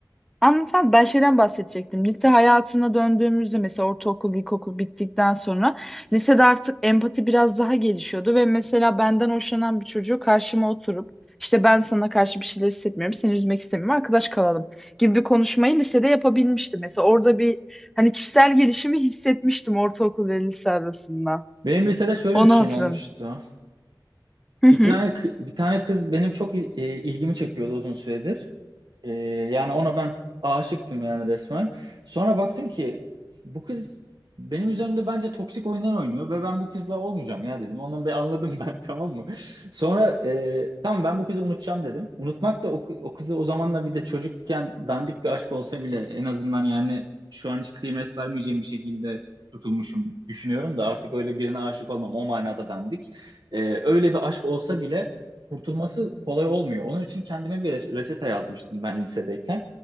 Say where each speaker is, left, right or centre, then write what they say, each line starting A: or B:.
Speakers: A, in the centre; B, on the right (about 60°).
A: Anlatan ben şeyden bahsedecektim. Lise hayatına döndüğümüzde mesela ortaokul, ilkokul bittikten sonra lisede artık empati biraz daha gelişiyordu ve mesela benden hoşlanan bir çocuğu karşıma oturup işte ben sana karşı bir şeyler hissetmiyorum, seni üzmek istemiyorum, arkadaş kalalım gibi bir konuşmayı lisede yapabilmiştim. Mesela orada bir hani kişisel gelişimi hissetmiştim ortaokul ve lise arasında.
B: Benim lisede şöyle
A: Onu
B: bir şeyim
A: hatırladım.
B: olmuştu.
A: Hı hı.
B: Bir tane kı- bir tane kız benim çok il- e, ilgimi çekiyordu uzun süredir. Ee, yani ona ben aşıktım yani resmen. Sonra baktım ki bu kız benim üzerimde bence toksik oyunlar oynuyor ve ben bu kızla olmayacağım ya dedim. Onu bir anladım ben <laughs> tamam mı? Sonra e, tamam ben bu kızı unutacağım dedim. Unutmak da o, o kızı o zamanla bir de çocukken dandik bir aşk olsa bile en azından yani şu an hiç kıymet vermeyeceğim bir şekilde tutulmuşum düşünüyorum da artık öyle birine aşık olmam o manada dandik. Ee, öyle bir aşk olsa bile kurtulması kolay olmuyor. Onun için kendime bir reç- reçete yazmıştım ben lisedeyken.